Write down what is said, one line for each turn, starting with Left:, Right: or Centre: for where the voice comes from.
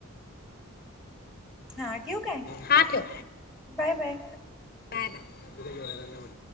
Centre: हा ठेवू काय
Left: हा ठेव.
Centre: Bye bye
Left: bye bye